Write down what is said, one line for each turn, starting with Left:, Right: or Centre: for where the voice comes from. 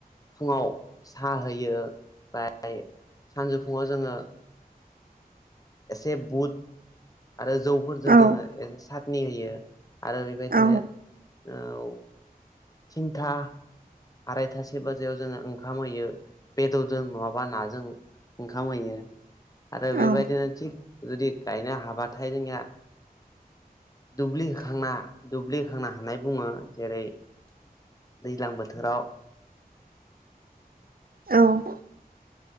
Left: फुङाव साहा होयो ओमफ्राय सानजौफुङाव जोङो एसे बुद आरो जौफोरजों
Right: औ
Left: जोङो ए सटनि होयो आरो बेबायदिनो
Right: औ
Left: थिनथा आरायथासे बाजखयाव जोङो ओंखाम होयो बेदरजों नङाबा नाजों ओंखाम होयो आरो बेबायदिनो
Right: औ
Left: थिग जुदि गायनो हाबाथाय जोंनिया दुब्लि होखांना दुब्लि होखांना होनानाय बुङो जेरै दैज्लां बोथोराव
Right: औ